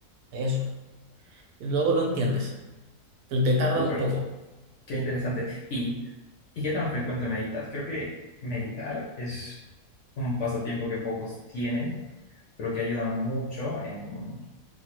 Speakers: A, on the right; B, on the left.
A: eso. Y luego lo entiendes, pero te tarda
B: Súper,
A: un poco.
B: qué interesante. ¿Y, y qué tan frecuente meditas? Creo que meditar es un pasatiempo que pocos tienen, pero que ayuda mucho en